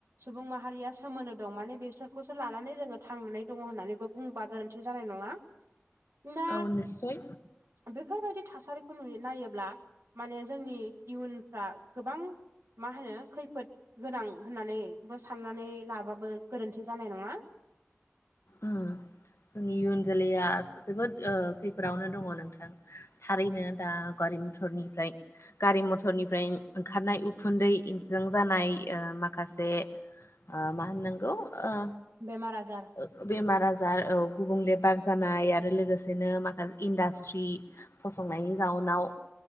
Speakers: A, on the right (about 85°); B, on the left (about 75°).
A: सुबुं माहारिया सोमोनदो दं माने बेसोरखौसो लानानै जोङो थांनानै दङ होननानैबो बुंङोबा गोरोन्थि जानाय नङा। उम ना।
B: औ निस्सय
A: बेफोरबायदि थासारिखौ नुयो नायोब्ला माने जोंनि इयुनफ्रा गोबां। मा होनो? खैफोद गोनां होननानैबो साननानै लाबाबो गोरोन्थि जानाय नङा।
B: उम जोंनि इयुन जोलैया जोबोद ओ खैफोदावनो दङ नोंथां। थारैनो दा गारि मथरनिफ्राय। गारि मथरनिफ्राय ओंखारनाय उखुन्दैइजों जानाय ओ माखासे। ओ मा होननांगौ ओ।
A: बेमार आजार।
B: ओ बेमार आजार औ गुबुंलेबार जानाय आरो लोगोसेनो माखासे इन्डास्ट्रि। फसंनायनि जाउनाव।